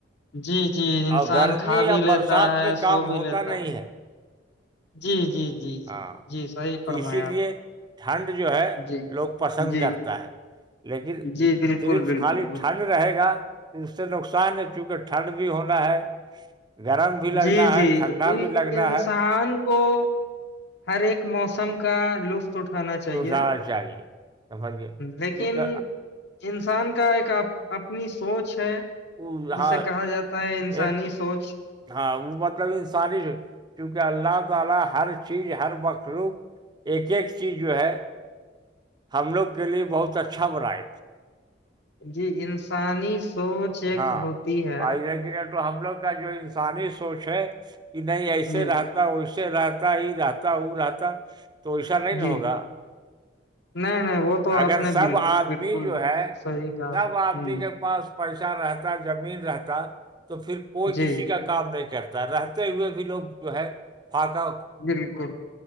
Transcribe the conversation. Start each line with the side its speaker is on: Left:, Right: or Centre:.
Left: جی جی انسان
Right: اور گرمی
Left: کھا
Right: یا
Left: بھی
Right: برسات
Left: لیتا ہے
Right: میں کام
Left: سو بھی
Right: ہوتا
Left: لیتا
Right: نہیں
Left: ہے جی جی جی جی
Right: ہاں
Left: جی صحیح فرمایا
Right: تو اسی لیے
Left: آپ نے
Right: ٹھنڈ جو ہے
Left: جی
Right: لوگ پسند
Left: جی
Right: کرتا ہے لیکن
Left: جی بالکل
Right: صرف
Left: بالکل
Right: خالی
Left: بالکل
Right: ٹھنڈ رہے گا اس سے نقصان ہے چونکہ ٹھنڈ بھی ہونا ہے گرم بھی لگنا
Left: جی جی
Right: ہے ٹھنڈا بھی لگنا
Left: انسان
Right: ہے
Left: کو ہر ایک موسم کا لطف تو اٹھانا چاہیے
Right: اٹھانا
Left: ہ
Right: چاہیے سمجھیے کیونکہ
Left: لیکن انسان کا ایک اپنی سوچ ہے
Right: وہ
Left: جسے
Right: ہاں
Left: کہا جاتا ہے انسانی
Right: ایک
Left: سوچ
Right: ہاں وہ مطلب انسانی کیونکہ اللہ تعالی ہر چیز ہر مخلوق ایک ایک چیز جو ہے ہم لوگ کے لیے بہت اچھا بناائے تھے
Left: جی انسانی سوچ ایک
Right: ہاں
Left: ہوتی ہے
Right: آئی لیکن تو ح لوگ کا جو انسانی سوچ ہے کہ نہیں ایسے
Left: جی
Right: رہتا ویس رہتا یہ رہتا وہ رہتا تو وسا نہیں ن
Left: جی
Right: ہوگا
Left: نہیں نہیں وہ تو
Right: اگر
Left: آپ نے
Right: سب
Left: بالکل
Right: آدمی
Left: بالکل
Right: جو ہے
Left: صحیح کہا
Right: سب آدمی
Left: ہوں
Right: کے پاس پیشان رہتا زمین رہتا تو پھر کوئی
Left: جی
Right: کسی کا کام نہیں کرتا رہتا ہوئے بھی لوگ جو ہے پاقا
Left: بالکل